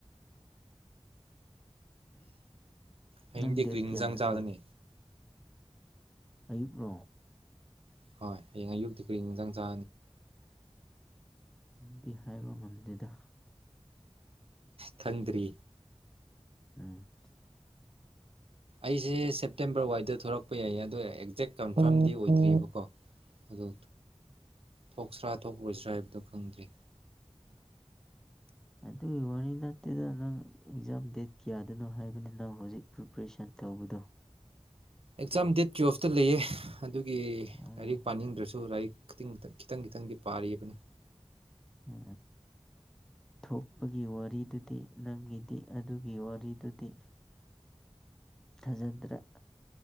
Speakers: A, on the right (about 60°); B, in the centre.
A: ꯍꯌꯦꯡꯗꯤ
B: ꯅꯪ ꯗꯦꯠ
A: ꯀꯔꯤ
B: ꯀꯌꯥꯗꯅꯣ
A: ꯏꯟꯖꯥꯡ ꯆꯥꯒꯅꯤ
B: ꯑꯌꯨꯛꯣ
A: ꯍꯣꯏ ꯍꯌꯦꯡ ꯑꯌꯨꯛꯇꯤ ꯀꯔꯤ ꯥꯡ ꯆꯦ
B: ꯗꯤ ꯍꯥꯏꯕ ꯉꯝꯗꯦꯗ
A: ꯊꯟꯔꯤ
B: ꯎꯝ
A: ꯑꯩꯁꯦ ꯁꯦꯞꯇꯦꯝꯕꯔ ꯋꯥꯏꯗ ꯊꯣꯛꯂꯛ ꯊꯣꯛꯄ ꯌꯥꯏ ꯑꯗꯣ ꯑꯦꯛꯖꯦꯛ ꯀꯝꯐꯝꯗꯤ ꯑꯣꯏꯗ꯭ꯔꯤꯑꯕꯀꯣ ꯑꯗꯨ ꯊꯣꯛꯁ꯭ꯔꯥ ꯊꯣꯛꯂꯣꯏꯁ꯭ꯔꯥ ꯍꯥꯏꯕꯗꯣ ꯈꯪꯗ꯭ꯔꯤ
B: ꯑꯗꯨꯒꯤ ꯋꯥꯔꯤ ꯅꯠꯇꯦꯗ ꯅꯪ ꯑꯦꯛꯖꯥꯝ ꯗꯦꯠ ꯀꯌꯥꯗꯅꯣ ꯍꯥꯏꯕꯅꯤ ꯅꯪ ꯍꯧꯖꯤꯛ ꯄ꯭ꯔꯤꯄꯔꯦꯁꯟ ꯇꯧꯕꯗꯣ
A: ꯑꯦꯛꯖꯥꯝ ꯗꯦꯠ ꯇꯨꯌꯦꯜꯐꯇ ꯂꯩꯌꯦ ꯑꯗꯨꯒꯤ
B: ꯑꯣ
A: ꯂꯥꯏꯔꯤꯛ ꯄꯥꯅꯤꯡꯗ꯭ꯔꯁꯨ ꯂꯥꯏꯔꯤꯛ ꯈꯤꯇꯪ ꯈꯤꯇꯪ ꯈꯤꯇꯪꯗꯤ ꯄꯥꯔꯤꯕꯅꯤ
B: ꯎ ꯊꯣꯛꯄꯒꯤ ꯋꯥꯔꯤꯗꯨꯗꯤ ꯅꯪꯒꯤꯗꯤ ꯑꯗꯨꯒꯤ ꯋꯥꯔꯤꯗꯨꯗꯤ ꯊꯥꯖꯗ꯭ꯔꯥ